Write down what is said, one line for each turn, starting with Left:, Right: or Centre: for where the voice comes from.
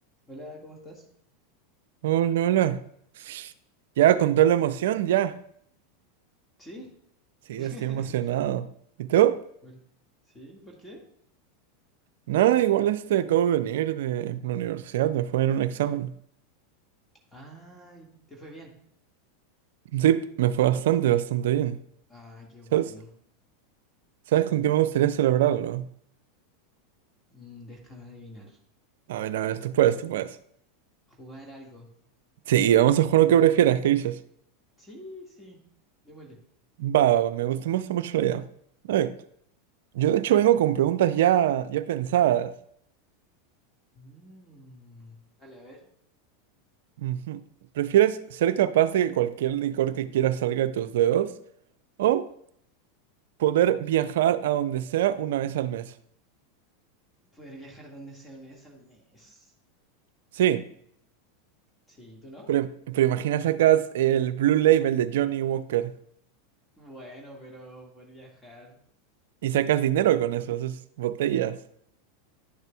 Left: Hola, ¿cómo estás?
Right: Hola, hola. Ya, con toda la emoción, ya.
Left: ¿Sí?
Right: Sí,
Left: <laughs>
Right: estoy emocionado. ¿Y tú?
Left: Por- ¿Sí? ¿Por qué?
Right: Nada, igual este acabo de venir de la universidad, me fue en un examen.
Left: Ay, te fue bien.
Right: Sí, me fue bastante, bastante bien.
Left: Ay, qué
Right: ¿Sabes?
Left: bueno.
Right: ¿Sabes con qué me gustaría celebrarlo?
Left: Mm, déjame adivinar.
Right: A ver, a ver, tú puedes, tú puedes.
Left: Jugar algo.
Right: Sí, vamos a jugar lo que prefieras, ¿qué dices?
Left: Sí, sí. Démosle.
Right: Va, va, va, me gusta, me gusta mucho la idea. A ver, yo de hecho vengo con preguntas ya, ya pensadas.
Left: Mm, dale, a ver.
Right: Ujú. ¿Prefieres ser capaz de que cualquier licor que quieras salga de tus dedos? o Poder viajar a donde sea una vez al mes.
Left: Poder viajar donde sea una vez al mes.
Right: Sí,
Left: Sí, ¿tú no?
Right: pero, pero imagina sacas el Blue Label de Johnny Walker
Left: Bueno, pero por viajar.
Right: y sacas dinero con eso, esas botellas.